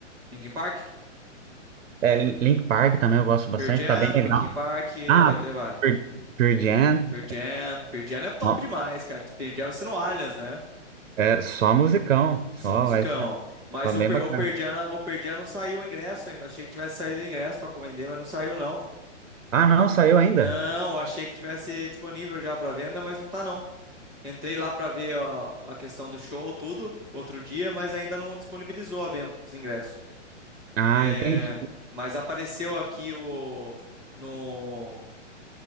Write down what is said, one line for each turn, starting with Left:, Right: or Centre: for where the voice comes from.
Centre: Linkin Park?
Right: é Linkin Park também eu gosto bastante,
Centre: Pearl Jam,
Right: tá bem legal.
Centre: Linkin Park,
Right: Ah,
Centre: vai ter, vai.
Right: Pearl Pearl Jam.
Centre: Pearl Jam, Pearl Jam é top
Right: Ó,
Centre: demais, cara. Pearl Jam vai ser no Allianz, né?
Right: É só musicão, só
Centre: Só musicão.
Right: vai ser,
Centre: Mas
Right: só
Centre: o,
Right: bem
Centre: Per-
Right: bacana.
Centre: o Pearl Jam, o Pearl Jam não saiu o ingresso ainda. Achei que tivesse saído o ingresso pra vender, mas não saiu, não.
Right: Ah, não, saiu ainda?
Centre: Não, achei que tivesse disponível já pra venda, mas não tá, não. Entrei lá pra ver a, a questão do show, tudo, outro dia, mas ainda não disponibilizou a venda dos ingressos.
Right: Ah,
Centre: É,
Right: entendi.
Centre: mas apareceu aqui o no,